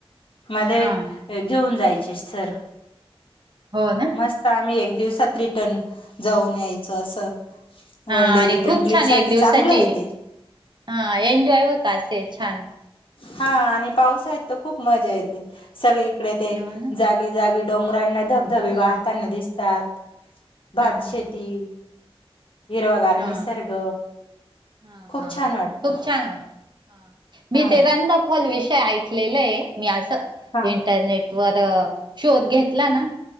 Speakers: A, on the left; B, on the right.
A: मध्ये
B: हा
A: घेऊन जायची सर.
B: हो ना.
A: मस्त आम्ही एक दिवसात रिटर्न जाऊन यायचं असं.
B: हा
A: वन डे
B: आणि
A: रिटर्न
B: खूप
A: ट्रिप
B: छान
A: साठी
B: एक दिवसाची
A: चांगलं आहे ते
B: हा एन्जॉय होता असे छान.
A: हा आणि पावसाळ्यात त खूप मजा येते, सगळीकडे ते
B: हो ना
A: जा जागी जागी डोंगरांना धबधबे
B: हा
A: वाहताना दिसतात भात
B: हा हा
A: शेती हिरवागार
B: हा
A: निसर्ग,
B: हा
A: खूप
B: हा
A: छान वाटत.
B: खूप छान वाट हा मी
A: हा
B: ते रंदाफॉल विषय ऐकलेलं ये, मी असं
A: हा
B: इंटरनेट वर शोध घेतला ना